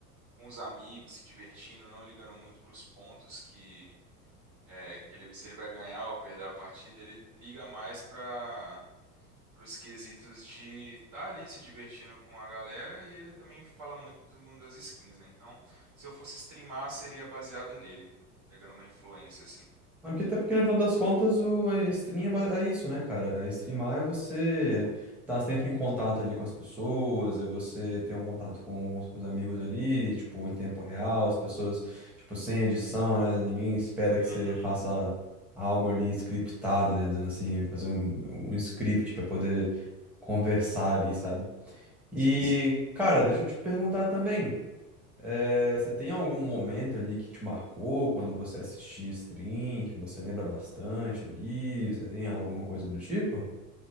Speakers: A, on the right; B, in the centre.
A: com os amigos, se divertindo, não ligando muito pros pontos que é, que ele se ele vai ganhar ou perder a partida, ele liga mais pra pros quesitos de estar ali se divertindo com a galera e ele também fala muito do mundo das skins, né? Então, se eu fosse streamar, seria baseado nele, pegando uma influência assim.
B: Ah, porque até porque, no final das contas, o, a stream é, ba- é isso, né, cara? É streamar é você estar sempre em contato ali com as pessoas, é você ter um contato com, os seus amigos ali, tipo, em tempo real, as pessoas, tipo, sem edição, né? Ninguém espera que
A: Uhum.
B: você faça algo ali scriptado, né? Dizendo assim, fazer um, um script para poder conversar ali, sabe? E,
A: Sim, sim.
B: cara, deixa eu te perguntar também. É, você tem algum momento ali que te marcou quando você assistia stream, que você lembra bastante ali? Você tem alguma coisa do tipo?